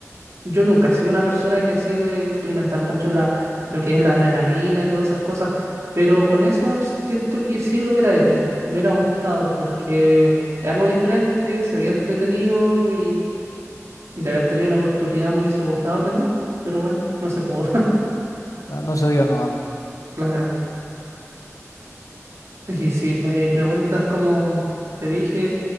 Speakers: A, on the right (about 60°); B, on the left (about 85°).
A: yo nunca he sido una persona que ha sido de experimentar mucho la, lo que es la adrenalina y todas esas cosas, pero con eso siento que sí lo hubiera hecho, me hubiera gustado porque es algo diferente, se había entretenido y de haber tenido la oportunidad me hubiese gustado aprender, pero bueno, no se pudo, <laughs>
B: La- no se dio nomás.
A: claro. Y si me preguntas como te dije...